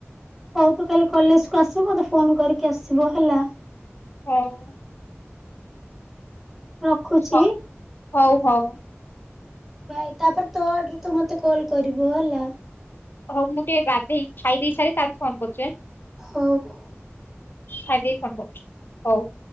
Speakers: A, in the centre; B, on the left.
A: ହୋଉ ତୁ କାଲି କଲେଜ କୁ ଆସୁ ବୁ ମତେ ଫୋନ କରିକି ଆସିବୁ ହେଲା।
B: ହୁଁ।
A: ରଖୁଚି।
B: ହ ହଉ ହଉ
A: ଭାଏ ତାପରେ ତୋ ଆଡରୁ ତୁ ମତେ କଲ କରିବୁ ହେଲା।
B: ହଉ ମୁଁ ଟିକେ ଗାଧେଇ ଖାଇ ଦେଇ ସାରି ତା ପରେ ଫୋନ କରୁଛି ଆଁଏ।
A: ହୋଉ ହୋଉ।
B: ଖାଇଦେଇ କି ଫୋନ କରୁଚି ହୋଉ।